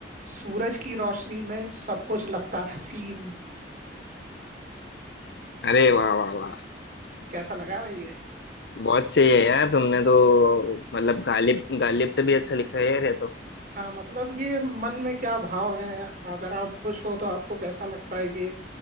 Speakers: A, on the right (about 45°); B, on the left (about 65°).
A: सूरज की रोशनी में सब कुछ लगता हसीन
B: अरे वाह वाह वाह
A: कैसा लगा भाई ये?
B: बहुत सही है यार तुमने तो मतलब गालिब गालिब से भी अच्छा लिखा है यार ये तो
A: हाँ मतलब ये मन में क्या भाव है अगर आप खुश हो तो आपको कैसा लगता है ये